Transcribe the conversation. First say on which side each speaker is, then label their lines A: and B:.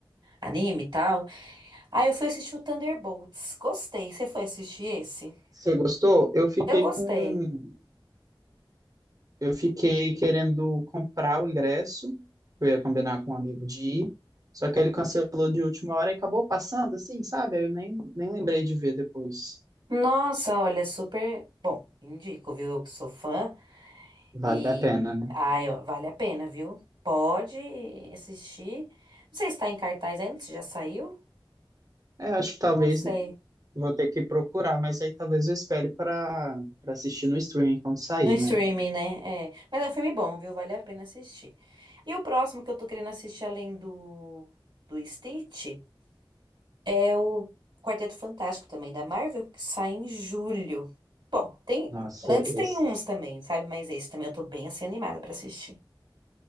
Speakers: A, on the right; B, on the right.
A: anime e tal. Aí eu fui assistir o Thunderbolts. Gostei. Você foi assistir esse?
B: Você gostou? Eu fiquei
A: Eu gostei.
B: com. Eu fiquei querendo comprar o ingresso, que eu ia combinar com um amigo de ir, só que ele cancelou de última hora e acabou passando, assim, sabe? Aí Eu nem, nem lembrei de ver depois.
A: Nossa, olha, super bom. Indico, viu? Eu que sou fã e
B: Vale a pena, né?
A: ah ó, vale a pena, viu? Pode assistir. Não sei se tá em cartaz ainda, se já saiu.
B: É, acho que talvez
A: Não sei.
B: vou ter que procurar, mas aí talvez eu espere para para assistir no streaming quando sair,
A: No streaming,
B: né?
A: né? É. Mas é um filme bom, viu? Vale a pena assistir. E o próximo que eu tô querendo assistir além do, do Stitch É o Quarteto Fantástico também da Marvel, que sai em julho. Bom, tem,
B: Nossa,
A: antes
B: esse.
A: tem uns também, sabe? Mas esse também eu tô bem assim animada pra assistir.